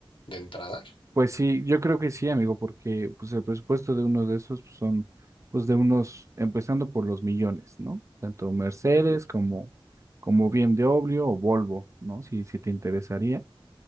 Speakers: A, on the left; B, on the right.
A: de entrada.
B: pues sí, yo creo que sí, amigo, porque pues el presupuesto de uno de esos pues, son pues de unos, empezando por los millones, ¿no? Tanto Mercedes
A: Uy.
B: como, como BMW o Volvo, ¿no? Si, si te interesaría.